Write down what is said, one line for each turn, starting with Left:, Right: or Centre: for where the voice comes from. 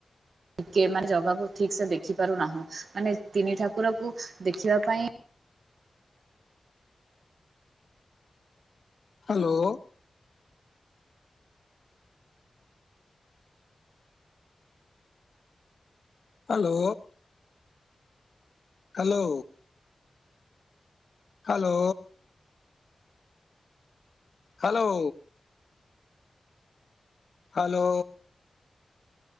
Right: ଇକେ ମାନେ ଜାଗାକୁ ଠିକ୍ ସେ ଦେଖି ପାରୁନାହୁଁ ମାନେ ତିନି ଠାକୁରକୁ ଦେଖିବା ପାଇଁ
Left: hello. Hello. Hello. Hello. Hello. Hello.